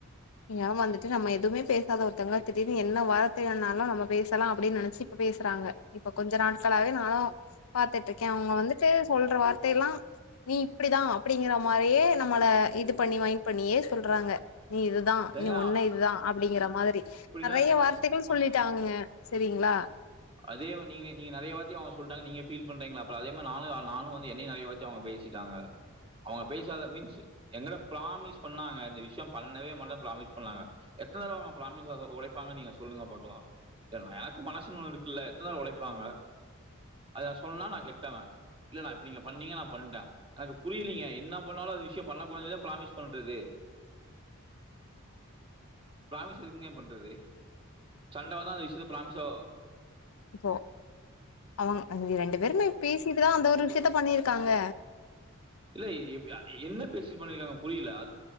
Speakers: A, on the left (about 70°); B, on the right (about 25°).
A: ஏன் வந்துட்டு நம்ம எதுவுமே பேசாத ஒருத்தங்க திடிர்னு என்ன வார்த்தைனாலும் நம்ம பேச லாம் அப்படின்னு நனைச்சு இப்ப பேசுறாங்க இப்ப கொஞ்ச நாட்களாவே நானும் பாத்துட்டு இருக்கேன் அவுங்க வந்துட்டு சொல் <unintelligible> ப்ப எல்லாம் நீ இப்படிதான் அப்படிங்கற மாதிரியே நம்மள இது பண்ணி வயன் பண்ணியே சொல்றாங்க தான்
B: ஏங்க
A: நீ ஒன்ன இதுதான் அப்படிங்கிற மாதிரி
B: அப்படின்னா
A: நெறைய
B: வச்சு,
A: வார்த்தைகள்
B: அவங்க
A: சொல்லிட்டாங்க
B: வந்து
A: செரிங்களா
B: அதே நீங்க நீங்க நிறைய வாத்தி அவுங்க சொல்ட்டாங்க நீங்க ஃபீல் பண்றீங்களா அப்புறம் அதே மாதிரினும் நானும் வந்து என்னையும் நெறைய வாத்தி அவுங்க பேசிட்டாங்க அவுங்க பேசாத மீன்ஸ் எங்கள ப்ராமிஸ் பண்ணாங்க இந்த விஷயம் பண்ணவே மட்டும் ப்ராமிஸ் பண்ணாங்க எத்தனை தவை அவுங்க ப்ராமிஸ் உழைப்பாங்ன்னு நீங்க சொல்லுங்க பாக்கலாம் எனக்கு மனசு ஒன்னு இருக் குல எத்தன உழைப்பாங்க அத நான் சொன்னா நான் கெட்டவன் இல்ல நான் எப்டிங்க நீங்க பண்ணீங்க நான் பண்டேன் எனக்கு புரியலீங்க என்னா பண்ணாலும் அந்த விஷியம் பண்ணகூடாதுன்னு ப்ராமிஸ் பண்றது ப்ராமிஸ் எதுக்குங்க பண்றது சண்டை வந்தா அந்த நிமிஷம் ப்ராமிஸ்ஸோ
A: இப்ப அவுங்க ரெண்டு பேருமே பேசிட்டுதான் அந்த ஒரு விஷயத்த பண்ணிருக் தாங்க
B: இல்ல எப் என்ன பேசி பண்ணிருக்காங்க புரியல அது